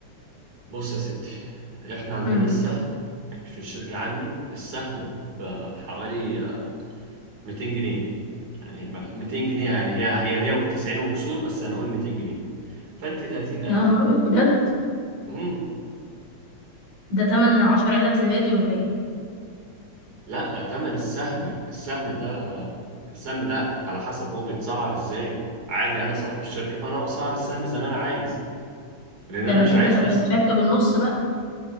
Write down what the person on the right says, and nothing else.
بص يا ستي احنا عندنا
السهم يعني في الشركه عندي السهم ب- بحوالي آه، 200 جنيه يعني ما- 200 جنيه يعني هي هي 190 وكسور بس هنقول 200 جنيه فانت 30000
امم
لا تمن السهم السهم ده السهم ده على حسب هو بيتسعر ازاي عادي انا صاحب الشركه فانا بسعر السهم زي ما انا عايز لان
انا
مش
عايز
ناس